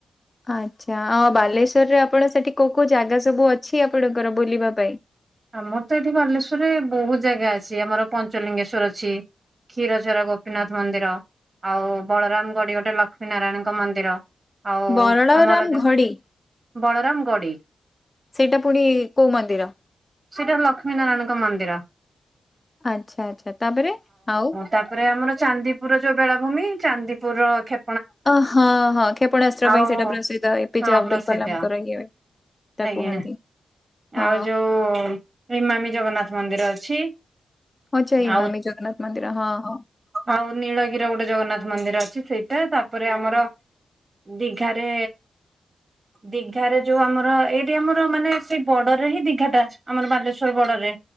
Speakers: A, on the left; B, on the right.
A: ଆଚ୍ଛା ଆଉ ବାଲେଶ୍ଵରରେ ଆପଣ ସେଠି କୋଉ କୋଉ ଜାଗା ସବୁ ଅଛି ଆପଣଙ୍କର ବୁଲିବା ପାଇଁ?
B: ଆମର ତ ଏଠି ବାଲେଶ୍ଵରରେ ବହୁତ ଜାଗା ଅଛି। ଆମର ପଞ୍ଚଲିଙ୍ଗେଶ୍ଵର ଅଛି କ୍ଷୀରଚୋରା ଗୋପୀନାଥ ମନ୍ଦିର ଆଉ ବଳରାମ ଗଡି ଗୋଟେ ଲକ୍ଷ୍ମୀ ନାରାୟଣଙ୍କ ମନ୍ଦିର ଆଉ
A: ବରଳାରାମ
B: ଆମର
A: ଘଡି
B: ବଳରାମ ଗଡ଼ି
A: ସେଇଟା ପୁଣି କୋଉ ମନ୍ଦିର?
B: ସେଇଟା ଲକ୍ଷ୍ମୀ ନାରାୟଣଙ୍କ ମନ୍ଦିର।
A: ଆଚ୍ଛା ଆଚ୍ଛା ତାପରେ ଆଉ?
B: ତାପରେ ଆମର ଚାନ୍ଦିପୁର ଯୋଉ ବେଳାଭୂମି ଚାନ୍ଦିପୁରର ଖେ
A: ଅ ହଁ ହଁ କ୍ଷେପଣାସ୍ତ୍ର
B: ଆଉ
A: ପାଇଁ ସେଇଟା ପ୍ରସିଦ୍ଧ ଏ ପିଜେ
B: ହଁ
A: ଅବଦୁଲ
B: ପ୍ରସିଦ୍ଧ
A: କଲାମଙ୍କର ଇଏ ତା
B: ଆଜ୍ଞା
A: କୁହନ୍ତି ହଁ
B: ଆଉ ଯୋଉ ଇମାମି ଜଗନ୍ନାଥ ମନ୍ଦିର ଅଛି।
A: ହଁ ସେଇ ଇମାମି
B: ଆଉ
A: ଜଗନ୍ନାଥ ମନ୍ଦିର। ହଁ, ହଁ
B: ଆଉ ନୀଳଗିର ଗୋଟେ ଜଗନ୍ନାଥ ମନ୍ଦିର ଅଛି ସେଇଟା। ତାପରେ ଆମର ଦିଘାରେ ଦିଘାରେ ଯୋଉ ଆମର ଏଇଠି ଆମର ମାନେ ସେଇ ବଡରରେ ହିଁ ଦିଘା ଟା ଆମର ବାଲେଶ୍ଵର ବଡରରେ।